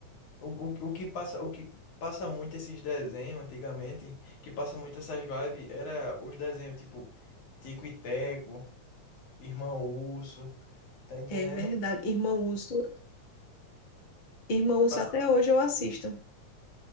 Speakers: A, on the left; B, on the left.
A: O, o, o que passa, o que passa muito esses desenhos antigamente, que passa muito essas vibes, era os desenhos tipo Tico e Teco, Irmão Urso, tá entendendo?
B: É verdade. Irmão Urso, Irmão Urso,
A: Passava.
B: até hoje eu assisto.